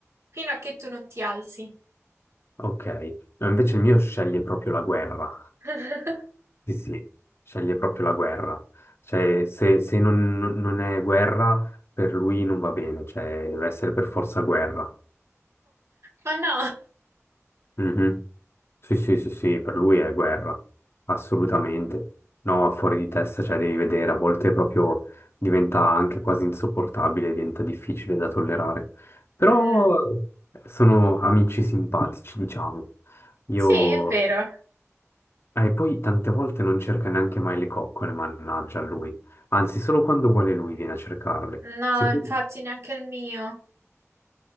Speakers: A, on the right (about 60°); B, on the left (about 50°).
A: fino a che tu non ti alzi.
B: Ok. No, invece il mio sceglie proprio la guerra.
A: <laughs>
B: Sì, sì, sceglie proprio la guerra. Cioè, se, se non, non è guerra, per lui non va bene, cioè deve essere per forza guerra.
A: Ma no.
B: Mhm. Sì, sì, sì, sì, per lui è guerra, assolutamente. No, fuori di testa, cioè devi vedere, a volte proprio diventa anche quasi insopportabile, diventa difficile da tollerare. Però
A: Mm,
B: sono amici simpatici, diciamo. Io...
A: sì, è vero.
B: eh, E poi tante volte non cerca neanche mai le coccole, mannaggia a lui. Anzi, solo quando vuole lui viene a cercarle.
A: No,
B: Se
A: infatti
B: tu,
A: neanche il mio.